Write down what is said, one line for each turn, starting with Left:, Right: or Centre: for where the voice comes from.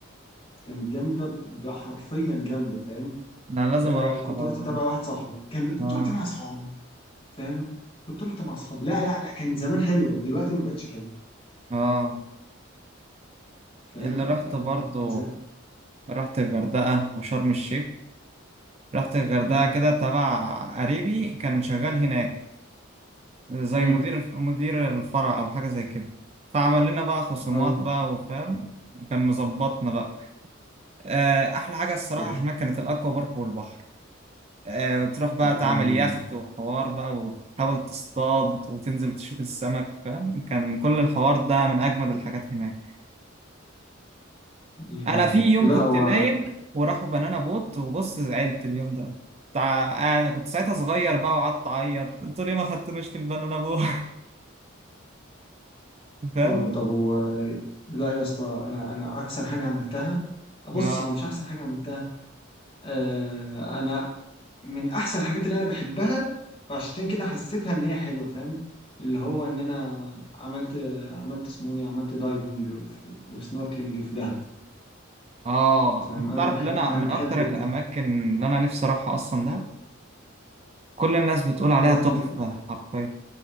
Left: كانت جامده حرفيا جامده فاهم
Right: انا لازم
Left: أه
Right: اروحها
Left: كنت
Right: بقى
Left: رحت تبع واحد صاحبي كان كنت
Right: اه
Left: رحت مع اصحابي فاهم كنت رحت مع اصحابي لا لا لا كان زمان حلوه دلوقتي ما بقتش حلوه
Right: اه
Left: فاهم
Right: اللي رحت
Left: آه،
Right: برضو رحت الغردقة وشرم الشيخ رحت الغردقة
Left: امم
Right: كده تبع قريبي كان شغال هناك زي
Left: امم
Right: مدير مدير الفرع أو حاجة زي كده فعمل لنا بقى خصومات
Left: اه
Right: بقى وفاهم كان مظبطنا بقى آه، أحلى حاجة الصراحة
Left: طب
Right: هناك كانت الأكوا بارك والبحر آه، تروح بقى
Left: طب
Right: تعمل
Left: جامد
Right: يخت
Left: والله
Right: وحوار بقى وتحاول تصطاد وتنزل تشوف السمك فاهم كان كل الحوار ده من أجمد الحاجات هناك
Left: امم
Right: انا في يوم
Left: لا
Right: كنت
Left: هو
Right: نايم وراحوا بنانا بوت وبص زعلت اليوم ده تع- انا كنت ساعتها صغير بقى وقعدت اعيط انتوا ليه ما خدتونيش في البنانا بوت <laughs> فاهم
Left: هو- طب هو لا يا اسطى انا انا احسن حاجه عملتها بص
Right: اه
Left: هو مش احسن حاجه عملتها آه انا من احسن الحاجات اللي انا بحبها فعشان كده حسيتها ان هي حلوه فاهم اللي هو ان انا عملت عملت اسمه ايه عملت دايفنج وف- وسنوركلينج في دهب
Right: اه
Left: فاهم
Right: انت
Left: انا
Right: تعرف
Left: بحب
Right: ان انا
Left: انا
Right: من
Left: بحب
Right: اكتر
Left: الدهب
Right: الاماكن اللي انا نفسي اروحها اصلا ده كل الناس بتقول
Left: لا،
Right: عليها
Left: دهب
Right: تحفة
Left: انت
Right: حرفيا